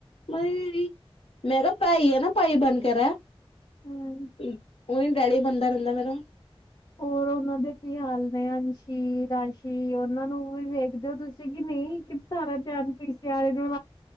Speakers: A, on the left (about 70°); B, on the left (about 40°).
A: ਬਾਈ ਮੈਂ ਕਿਹਾ ਭਾਈ ਆ ਨਾ ਭਾਈ ਬਣ ਕੇ ਰਹਿ।
B: ਹਮ।
A: ਉ ਉਹੀ ਡੈਡੀ ਬੰਦਾ ਰਹਿੰਦਾ ਮੇਰਾ‌।
B: ਹੋਰ ਉਹਨਾਂ ਦੇ ਕੀ ਹਾਲ ਨੇ ਅੰਸ਼ੀ ਰਾਸ਼ੀ ਉਹਨਾਂ ਨੂੰ ਵੀ ਵੇਖਦੇ ਹੋ ਤੁਸੀਂ ਕਿ ਨਹੀਂ ਸਾਰਾ ਧਿਆਨ ਪੀ ਸਿਆਲੇ ਨੂੰ।